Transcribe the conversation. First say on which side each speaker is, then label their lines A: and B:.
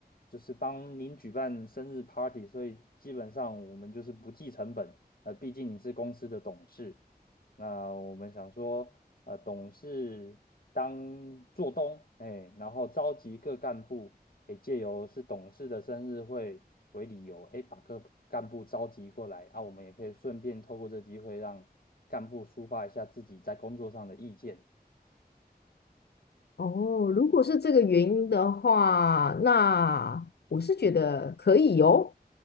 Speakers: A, on the left (about 65°); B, on the left (about 85°).
A: 就是帮您举办生日 party，所以基本上我们就是不计成本。呃，毕竟你是公司的董事，那我们想说，呃，董事当做东，哎，然后召集各干部，也借由是董事的生日会为理由，哎，把各干部召集过来，啊，我们也可以顺便透过这机会让干部抒发一下自己在工作上的意见。
B: 哦，如果是这个原因的话，那我是觉得可以哦。